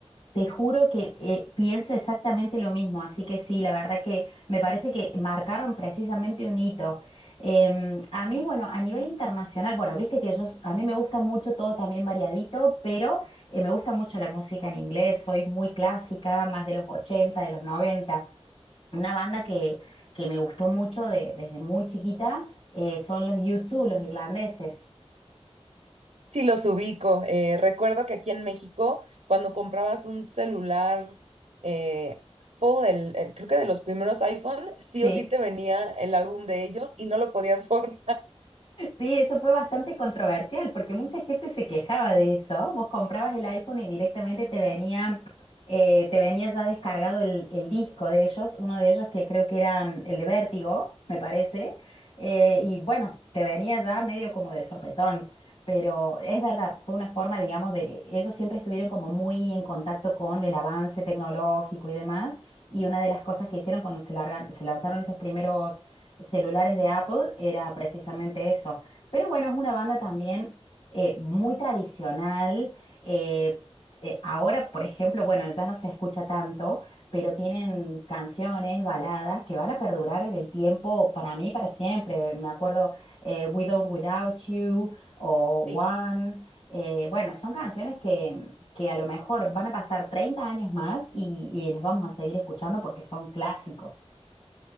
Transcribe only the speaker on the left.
Te juro que eh, pienso exactamente lo mismo, así que sí, la verdad que me parece que marcaron precisamente un hito. Em, a mí, bueno, a nivel internacional, bueno, viste que yo, s- a mí me gusta mucho todo también variadito, pero eh, me gusta mucho la música en inglés, soy muy clásica, más de los 80, de los 90. Una banda que, que me gustó mucho de- desde muy chiquita eh, son los U2, los irlandeses.
Sí.
Sí, eso fue bastante controversial porque mucha gente se quejaba de eso. Vos comprabas el iPhone y directamente te venía, eh, te venía ya descargado el, el disco de ellos, uno de ellos que creo que era mm, el de Vértigo, me parece. eh, y bueno, te venía ya medio como de sopetón. Pero es verdad, fue una forma, digamos, de... Ellos siempre estuvieron como muy en contacto con el avance tecnológico y demás. Y una de las cosas que hicieron cuando se largan- se lanzaron estos primeros celulares de Apple era precisamente eso pero bueno, es una banda también eh, muy tradicional. eh, eh, ahora, por ejemplo, bueno, ya no se escucha tanto, pero tienen canciones, baladas que van a perdurar en el tiempo para mí, para siempre. Me acuerdo eh, With or Without You o One.
eh, bueno, son canciones que, que a lo mejor van a pasar 30 años más y, y las vamos a seguir escuchando porque son clásicos.